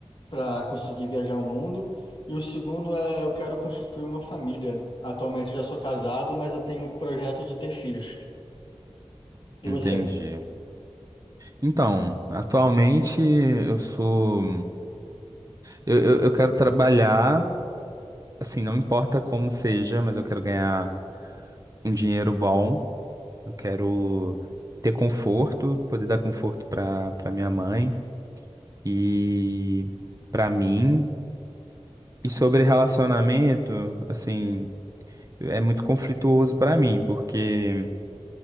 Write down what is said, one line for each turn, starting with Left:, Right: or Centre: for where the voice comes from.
Left: para conseguir viajar o mundo. E o segundo é eu quero constituir uma família. Atualmente eu já sou casado, mas eu tenho o projeto de ter filhos. E
Right: Entendi.
Left: você?
Right: Então, atualmente eu sou eu, eu, eu quero trabalhar, assim, não importa como seja, mas eu quero ganhar um dinheiro bom. Eu quero ter conforto, poder dar conforto para para minha mãe. E para mim, e sobre relacionamento, assim, é muito conflituoso para mim, porque